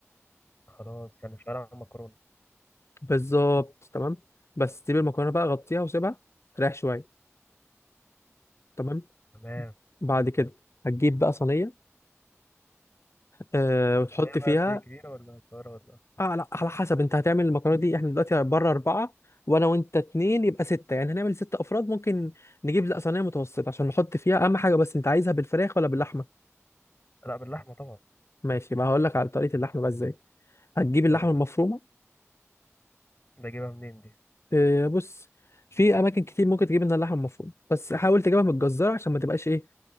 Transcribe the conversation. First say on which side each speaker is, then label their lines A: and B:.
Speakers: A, on the left; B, on the left.
A: خلاص يعني شغال على مكرونه
B: بالظبط تمام بس تجيب المكرونة بقى غطيها وسيبها تريح شوية تمام
A: تمام
B: بعد كده هتجيب بقى صينية أه وتحط
A: صينية بقى
B: فيها
A: قد إيه كبيرة ولا صغيرة ولا
B: اه لا على حسب انت هتعمل المكرونه دي احنا دلوقتي بره اربعه وانا وانت اتنين يبقى سته يعني هنعمل ست افراد ممكن نجيب لا صينيه متوسطه عشان نحط فيها اهم حاجه بس انت عايزها بالفراخ ولا باللحمه
A: لا باللحمة طبعا
B: ماشي بقى هقول لك على طريقه اللحمه بقى ازاي هتجيب اللحمه
A: قول لي،
B: المفرومه
A: ده أجيبها منين دي
B: اه بص في اماكن كتير ممكن تجيب منها اللحمه المفرومه بس حاول تجيبها متجزره عشان ما تبقاش ايه